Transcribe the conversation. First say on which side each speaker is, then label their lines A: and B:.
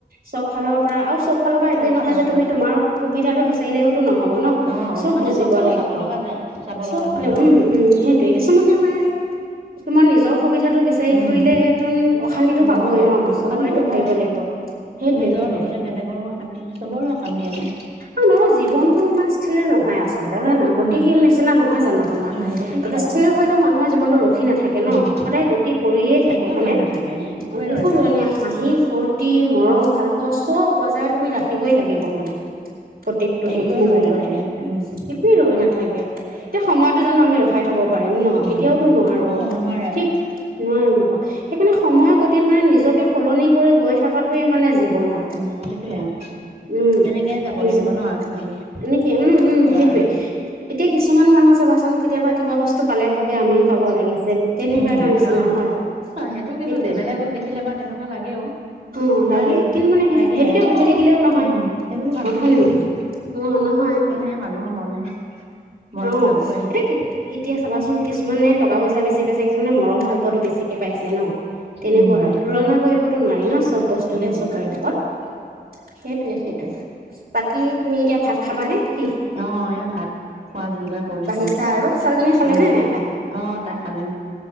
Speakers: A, on the right; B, on the right.
A: চব ফালৰ পৰা আও চব ফালৰ পৰা এইটো
B: ফালৰ
A: নহয় যে
B: পৰা
A: তুমি তোমাৰ সুবিধাটো বিচাৰিলেওতো নহব ন
B: অ অ মানে
A: বুজিব
B: চব ফালে
A: লাগিব
B: চাব লগা যায় চাব
A: চব
B: লগা
A: ফালে
B: হয় ন
A: উম উম সেই টোৱেই কিছুমানে মাৰে কিছুমান নিজৰ সুবিধাটো বিচাৰি
B: উম
A: ফুৰিলে তোন অশান্তিটো
B: নহ'ব
A: পাবই ন
B: উম
A: চবৰেতো
B: অশান্তি হ'বই
A: ভাবিব লাগিব। সেইটোৱে
B: নিজৰ
A: সেইটোৱে
B: লগতে বেলেগৰো অশান্তি চবৰে অশান্তি আৰু
A: অ' নহয় জীৱনতো ইমান স্থিৰ নহয় আচলতে হয়নে নহয়? গ গতিশীল
B: উম
A: নিচিনা নহয় জানো তোমাৰ?
B: উম গতিশীল আকৌ
A: স্হিৰ হয়তো মানুহৰ জীৱনটো ৰখি নাথাকে ন'!
B: উম
A: সদায় গতি কৰিয়ে থাকে
B: একো
A: হয়নে?
B: ৰৈ নাথাকে
A: <unintelligible>
B: একোৱে ৰৈ নাথাকে
A: হাঁহি ফুৰ্তি মৰম ভাল পোৱা চব বজাই তুমি ৰাখিবই লাগিব মানে প্ৰত্যেকটো
B: একোৱে
A: হেৰি মুহূৰ্ততে।
B: ৰৈ নাথাকে উম
A: একোৱেই ৰৈ নাথাকে। এতিয়া সময়তো জানো আমি ৰখাই থ'ব পাৰিম ন'!
B: উম
A: কেতিয়াওতো নোৱাৰো।
B: অ নোৱাৰে
A: ঠিক
B: আকৌ
A: নোৱাৰিম আক'। সেইকাৰণে সময়ৰ গতিত মানে নিজকে সলনি কৰি গৈ থকাটোৱে মানে জীৱ বই নোৱাও,
B: উম সেইটোয়ে আৰু
A: উম,
B: তেনেকে যাব
A: <unintelligible>
B: লাগিব ন আগবাঢ়ি
A: কেম উম,
B: কি
A: উম,
B: কবা
A: সেইটোৱে।
B: আৰু
A: এতিয়া কিছুমান মানুহ চাবাচোন কেতিয়াবা কিবা বস্তু পালে ভাবে আমিও পাব লাগি তেনেকুৱা
B: উম
A: এটা নিচিনা
B: অ
A: হয়।
B: ন সেইটো কিন্তু
A: সেইটোৱে
B: বেলেগক দেখিলে বা তেনেকুৱা লাগেও।
A: অ
B: হয়নে?
A: লাগে কিন্তু মানে
B: লাগে
A: সেইটোকে
B: আকৌ
A: ভাবি থাকিলেও নহয়
B: উম সেইবুলি ভাবি
A: অ হয়
B: থাকিলেও
A: নে
B: নহয়।
A: অ', নহয়।
B: এ মানুহৰ মনহে। মনটো
A: অ
B: যাবই।
A: এতিয়া কি এতিয়া চাবাচোন কিছুমানে টকা-পইচা বেছি পাইছে। কিছুমানে মৰম-ভালপোৱাতো বেছিকে পাইছে ন'! তেনেকুৱা
B: উম
A: আৰু তুলনা কৰিবতো নোৱাৰি ন' চব বস্তুকে
B: উম
A: সবৰে লগত। সেইটোৱে সেইটোৱে। বাকী তুমি এতিয়া ভাত খাবানে কি?
B: অ' এয়া ভাত খোৱা যো-জা কৰিছো
A: বাঢ়িছা
B: আও।
A: আৰু ছোৱালীজনীয়ে খালেনে
B: অ',
A: নাই ভাত
B: অ' তাই খালে।